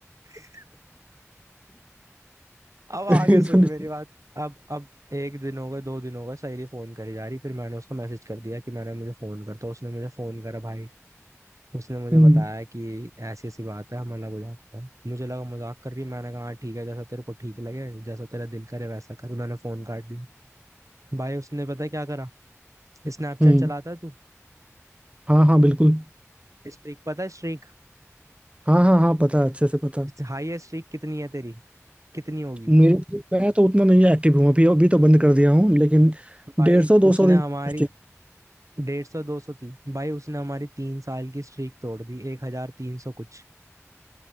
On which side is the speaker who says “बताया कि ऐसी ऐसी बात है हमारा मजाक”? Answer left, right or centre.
Right